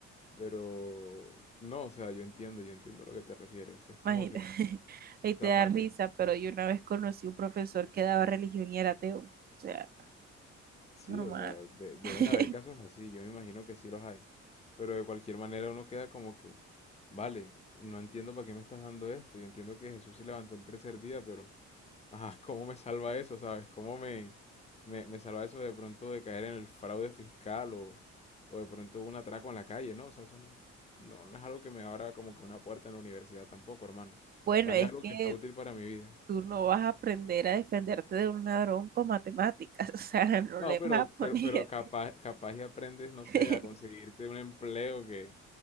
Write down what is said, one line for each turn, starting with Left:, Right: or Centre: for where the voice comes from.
Left: Pero, no, o sea, yo entiendo, yo entiendo a lo que te refieres. Es como
Right: Imagina,
Left: que,
Right: <laughs>
Left: o
Right: ahí te
Left: sea,
Right: da
Left: ¿para
Right: risa,
Left: qué?
Right: pero yo una vez conocí un profesor que daba religión y era ateo. O sea,
Left: Sí,
Right: normal.
Left: o sea, de- deben
Right: <laughs>
Left: haber casos así, yo me imagino que sí los hay. Pero de cualquier manera uno queda como que, vale, no entiendo para qué me estás dando esto. Yo entiendo que Jesús se levantó el tercer día, pero Ajá, ¿cómo me salva eso, sabes? ¿Cómo me, me, me salva eso de pronto de caer en el fraude fiscal o, o de pronto un atraco en la calle, ¿no? O sea, eso no, no, no es algo que me abra como que una puerta en la universidad tampoco, hermano.
Right: Bueno,
Left: Dame
Right: es
Left: algo
Right: que
Left: que sea útil para mi vida.
Right: tú no vas a aprender a defenderte de un ladrón con matemáticas, <laughs> o sea, no
Left: No,
Right: le
Left: pero,
Right: vas a poner.
Left: pero, pero capaz, capaz y aprendes, no
Right: <laughs>
Left: sé, a conseguirte un empleo que,